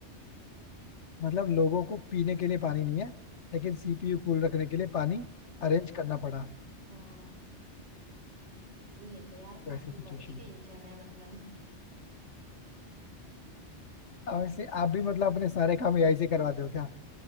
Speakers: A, on the left (about 75°); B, on the right (about 75°).
A: मतलब लोगों को पीने के लिए पानी नहीं है लेकिन सीपीयू कूल रखने के लिए पानी अरेंज करना पड़ा
B: हाँ लेकिन ये तो यार
A: तो
B: काफी
A: ऐसी सिचुएशन
B: बड़ी
A: में
B: टेंशन है मतलब
A: अब वैसे आप भी मतलब अपने सारे काम एआई से करवाते हो क्या